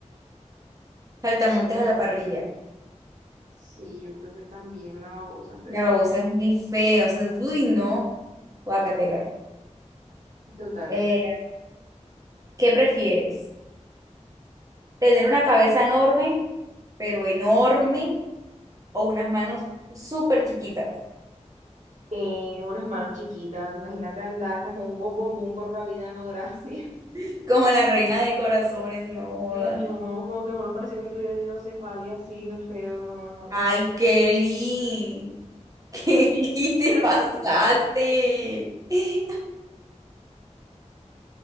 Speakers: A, on the right (about 30°); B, on the right (about 85°).
A: saltamontes a la parrilla.
B: Sí, yo creo que también una babosa, en ¿verdad?
A: La babosa es muy fea, o sea, uy, no, guacatela.
B: Total.
A: Eh, ¿qué prefieres? ¿Tener una cabeza enorme, pero enorme, o unas manos súper chiquitas?
B: Eh, unas manos chiquitas, imagínate andar como un bombón por la vida, no <laughs> gracias.
A: <laughs> Como la reina de corazones, no joda.
B: No, como que uno parecía que tuviera hidrocefalia así, qué feo, no, no.
A: Ay, Kelly, <laughs> Kelly, te
B: Perdón.
A: pasaste. <laughs>